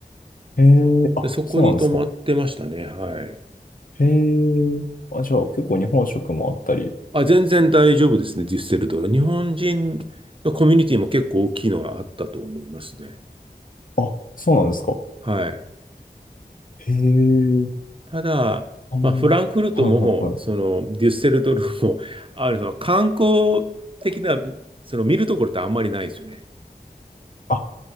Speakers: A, on the left; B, on the right.
A: ええ、あ、
B: で、そこに泊まってましたね。
A: そうなんですか。
B: はい。
A: へえ。あ、じゃあ結構日本食もあったり。
B: あ、全然大丈夫ですね、デュッセルドルフ。日本人のコミュニティも結構大きいのがあったと思いますね。
A: あ、そうなんですか。
B: はい。
A: へえ。
B: ただ、
A: あんま。
B: まあ、フランクフルトも、
A: はいはいはい。
B: その、デュッセルドルフも、あの、その観光的な、その見るところってあんまりないですよね。
A: あ、